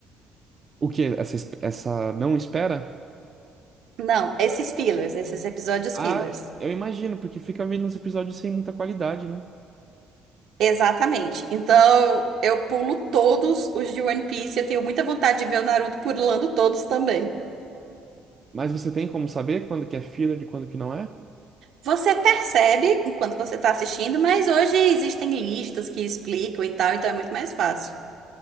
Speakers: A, on the right (about 35°); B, on the right (about 70°).
A: O quê? Essa, es- essa não espera?
B: Não, esses fillers, esses episódios
A: Ah,
B: fillers.
A: eu imagino, porque fica vendo uns episódios sem muita qualidade, né?
B: Exatamente. Então, eu pulo todos os de One Piece. Eu tenho muita vontade de ver o Naruto pulando todos também.
A: Mas você tem como saber quando que é filler e quando que não é?
B: Você percebe enquanto você está assistindo, mas hoje existem listas que explicam e tal, então é muito mais fácil.